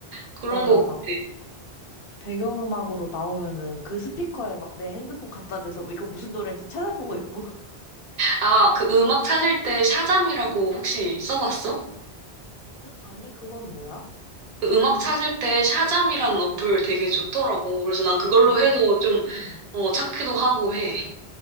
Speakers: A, on the right (about 40°); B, on the left (about 65°).
A: 그런
B: 맞아.
A: 거
B: 막
A: 같아.
B: 배경음악으로 나오면은 그 스피커에 막 내 핸드폰 갖다 대서 이거 무슨 노래인지 찾아보고 있고. <laughs>
A: 아, 그 음악 찾을 때 샤잠이라고 혹시 써봤어?
B: 응? 아니, 그건 뭐야?
A: 그 음악 찾을 때 샤잠이라는 어플 되게 좋더라고. 그래서 난 그걸로
B: 아,
A: 해서
B: 음.
A: 좀, 어, 찾기도 하고 해.